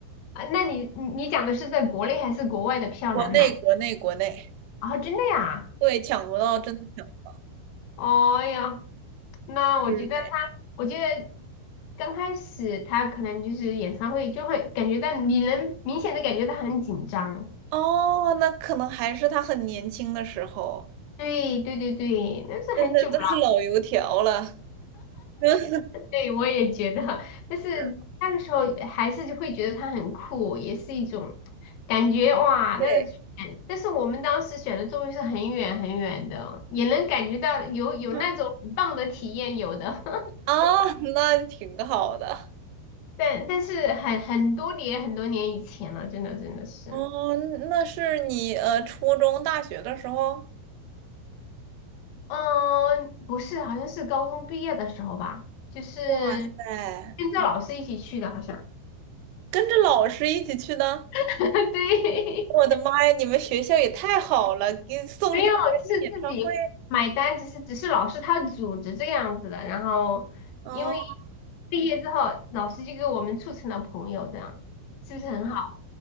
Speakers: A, on the left (about 85°); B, on the right (about 80°).
A: 啊，那你你你讲的是在国内还是国外的票难买？
B: 国内国内国内，
A: 啊，真的呀？
B: 对，抢不到，真的抢不到，
A: 哦，哎呀，那我觉得他，
B: 就是的。
A: 我觉得刚开始他可能就是演唱会就会感觉到你能明显的感觉到他很紧张。
B: 哦，那可能还是他很年轻的时候，
A: 对对对对，那是很久了。
B: 现在都是老油条了。<laughs>
A: 对，我也觉得，但是那个时候还是就会觉得它很酷，
B: 是，
A: 也是一种感觉哇，
B: 对，
A: 那个感但是我们当时选的座位是很远很远的，也能感觉到有有那种很棒的体验，
B: 嗯，
A: 有的，<laughs>
B: 啊，那挺好的。
A: 但但是很很多年很多年以前了，真的真的是，
B: 哦，那是你呃初中、大学的时候？
A: 嗯，不是，好像是高中毕业的时候吧，就是
B: 哇塞，
A: 跟着老师一起去的，好像，
B: 跟着老师一起去的？
A: <laughs> 对。
B: 我的妈呀，你们学校也太好了，给你送周杰伦演唱会。
A: 没有，就是自己买单，只是只是老师他组织这样子的。然后因为
B: 哦，
A: 毕业之后，老师就给我们促成了朋友，这样是不是很好？